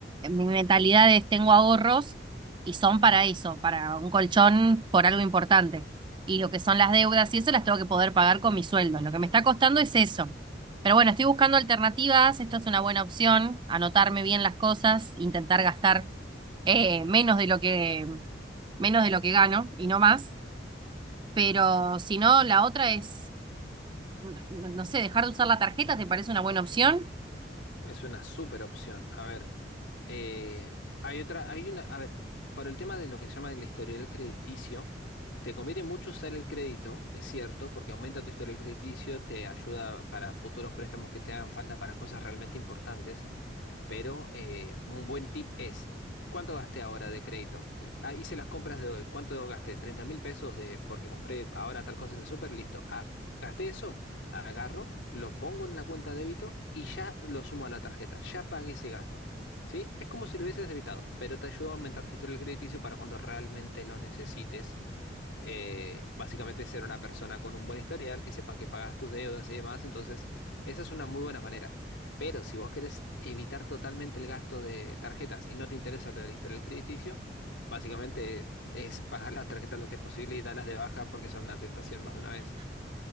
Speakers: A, on the right (about 25°); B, on the left (about 85°).
A: mi mentalidad es tengo ahorros y son para eso, para un colchón por algo importante. Y lo que son las deudas y eso las tengo que poder pagar con mi sueldo. Lo que me está costando es eso. Pero bueno, estoy buscando alternativas. Esto es una buena opción. Anotarme bien las cosas, intentar gastar eh, menos de lo que menos de lo que gano y no más. Pero si no, la otra es, no no no sé, dejar de usar la tarjeta, ¿te parece una buena opción?
B: Es una súper opción. A ver, eh, hay otra, hay una, a ver, para el tema de lo que se llama el historial crediticio, te conviene mucho usar el crédito, es cierto, porque aumenta tu historial crediticio, te ayuda para futuros préstamos que te hagan falta para cosas realmente importantes. Pero eh, un buen tip es, ¿cuánto gasté ahora de crédito? Eh, ah, hice las compras de hoy. ¿Cuánto gasté? 30 mil pesos de, porque compré ahora tal cosa en el súper, listo. Ah, gasté eso, agarro, lo pongo en la cuenta de débito y ya lo sumo a la tarjeta. Ya pagué ese gasto. ¿Sí? Es como si lo hubieses debitado, pero te ayuda a aumentar tu historial crediticio para cuando realmente lo necesites eh, básicamente ser una persona con un buen historial, que sepan que pagas tus deudas y demás. Entonces, esa es una muy buena manera. Pero si vos querés evitar totalmente el gasto de tarjetas y no te interesa lo del historial crediticio, básicamente es pagar las tarjetas lo antes posible y darlas de baja porque son una tentación más de una vez.